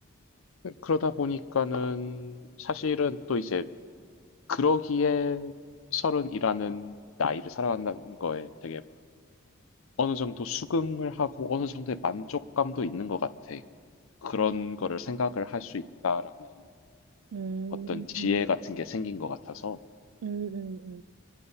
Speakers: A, on the left; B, on the right.
A: 그, 그러다 보니까는 사실은 또 이제 그러기에 서른이라는 나이를 살아간다는 거에 되게 어느 정도 수긍을 하고 어느 정도의 만족감도 있는 것 같아. 그런 거를 생각을 할 수 있다라는
B: 음,
A: 어떤 지혜
B: 음,
A: 같은 게 생긴 것 같아서.
B: 음, 음.